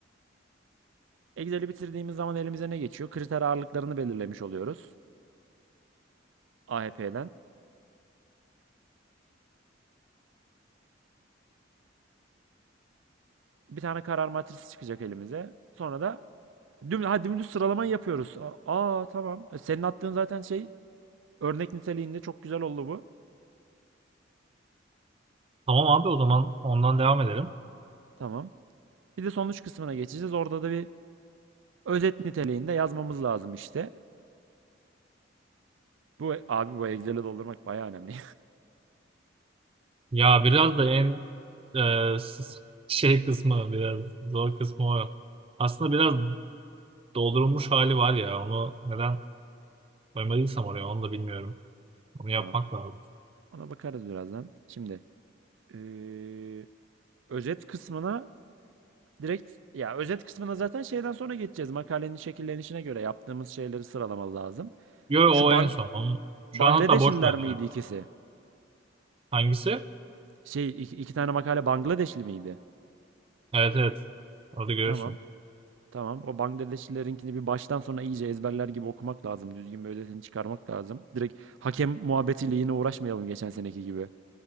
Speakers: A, on the right; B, on the right.
A: Excel'i bitirdiğimiz zaman elimize ne geçiyor? Kriter ağırlıklarını belirlemiş oluyoruz. AHP'den. Bir tane karar matrisi çıkacak elimize. Sonra da Düm, ha, dümdüz sıralamayı yapıyoruz. Aa tamam. E, Senin attığın zaten şey örnek niteliğinde çok güzel oldu bu.
B: Tamam abi o zaman ondan devam edelim.
A: Tamam. Bir de sonuç kısmına geçeceğiz. Orada da bir özet niteliğinde yazmamız lazım işte. Bu abi bu Excel'i doldurmak bayağı önemli.
B: Ya biraz da en e, s- şey kısmı biraz zor kısmı o. Aslında biraz doldurulmuş hali var ya onu neden koymadıysam oraya onu da bilmiyorum.
A: <laughs>
B: Onu yapmak
A: Tamam.
B: lazım.
A: Ona bakarız birazdan. Şimdi eee, özet kısmına direkt ya özet kısmına zaten şeyden sonra geçeceğiz. Makalenin şekillenişine göre yaptığımız şeyleri sıralamalı lazım.
B: Yo
A: Şu
B: o
A: Bang
B: en son. Onu, şu
A: Bangladeşliler
B: an hatta boş ver
A: miydi
B: yani.
A: ikisi?
B: Hangisi?
A: Şey iki, iki tane makale Bangladeşli miydi?
B: Evet evet. Orada görürsün.
A: Tamam. Tamam. O Bangladeşlilerinkini bir baştan sona iyice ezberler gibi okumak lazım. Düzgün bir özetini çıkarmak lazım. Direkt hakem muhabbetiyle yine uğraşmayalım geçen seneki gibi.